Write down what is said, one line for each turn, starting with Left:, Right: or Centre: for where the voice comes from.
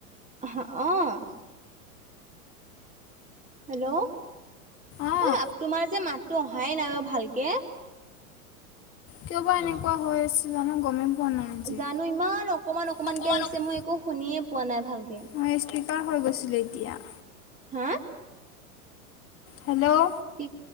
Right: হা? অ'। হেল্ল'!
Left: অঁ
Right: অ', তোমাৰ যে মাতটো অহাই নাই <unintelligible> ভালকে।
Left: কিয় বা এনেকুৱা হৈ আছে জানো গমেই পোৱা নাই আজি
Right: জানো ইমান অকমান অকমানকে
Left: অ
Right: আহিছে, মই একো শুনিয়ে পোৱা নাই ভালকে।
Left: মই স্পীকাৰ গৈছিলে এৰিয়া।
Right: হা?
Left: হেল্ল'!
Right: কি?